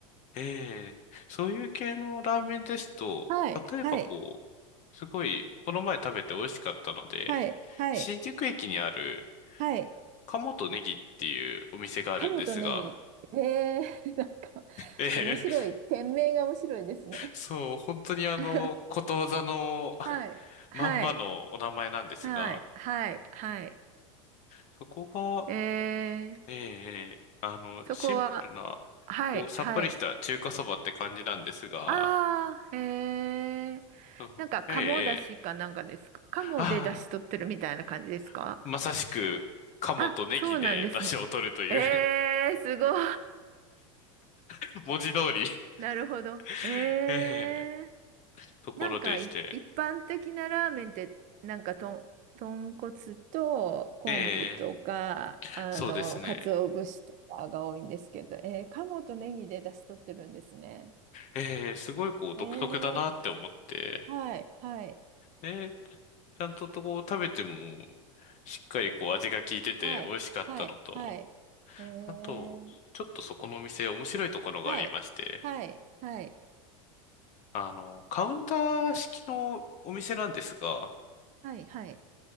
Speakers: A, on the left; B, on the right.
A: ええそういう系のラーメンですと、
B: はい、
A: 例えばこ
B: はい、
A: う、すごい、この前食べて美味しかったので、
B: はい、はい、
A: 新宿駅にある、
B: はい。
A: 鴨とネギっていうお店があるんですが、
B: 鴨とネギ。えー、<laughs> なんか、
A: <laughs>
B: 面白い。
A: ええ
B: 店名が面白いですね。
A: そう、本当にあの、
B: <laughs>
A: ことわざの <laughs>
B: はい、はい、
A: まんまのお名前なんですが、
B: はい、はい、はい。
A: そこが、
B: えー、
A: ええ、ええあの、
B: そこは、
A: シンプルな、
B: はい、
A: こう、さっぱりした中華そばって感じなんですが、
B: はい。あー、えー。
A: うんええ、
B: なんか、鴨だしかなんかですか鴨でだし取ってるみたいな感じですか
A: ええああ、まさしく、鴨とネギで出汁を取るという
B: あ、そうなんですね。えー、すごい。
A: <laughs> 文字通り
B: なるほど。
A: <laughs>
B: ええ
A: ええ、ところでして。
B: ー、なんかい一般的なラーメンってなんかとん、豚骨と昆布とかあの鰹節とかが多いんですけど、
A: ええ、そうですね。
B: えー、鴨とネギで出汁取ってるんですね。
A: ええ、すごいこう、独特だなって思って、
B: えー、はいはい
A: ええ、ちゃんとこう、食べても、しっかりこう、味が効いてて美味しかったのと、
B: はいはいはいえー、
A: あと、ちょっとそこのお店面白いところがありまして、
B: はいはいはい
A: あの、カウンター式のお店なんですが、
B: はいはい